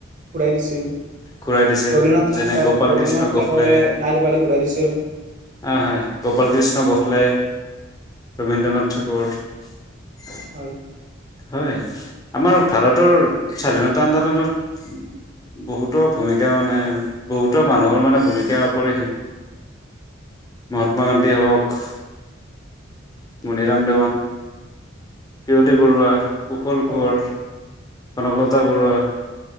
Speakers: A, on the right; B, on the left.
A: ঘূৰাই দিছিল
B: <unintelligible> ঘূৰাই দিছিল
A: ৰবীন্দ্ৰনাথ
B: ।
A: ঠাক
B: যেনে গোপাল
A: ৰবীন্দ্ৰনাথ
B: কৃষ্ণ
A: টেগৰে
B: গোখলে,
A: নাইট উপাধি ঘূৰাই দিছিল।
B: অ হয়, গোপাল কৃষ্ণ গোখলে ৰবীন্দ্ৰনাথ, ঘৰ <unintelligible>
A: হয়
B: হয় আমাৰ ভাৰতৰ স্বাধীনতা আন্দোলনত বহুতো ভূমিকা মানে বহুতো মানুহৰ মানে ভূমিকাপহীম মহাত্মা গান্ধীয়ে হওঁক মনিৰাম দেৱান পিয়লি বৰুৱা কোশল
A: হয়
B: কোঁৱৰ কনক লতা বৰুৱা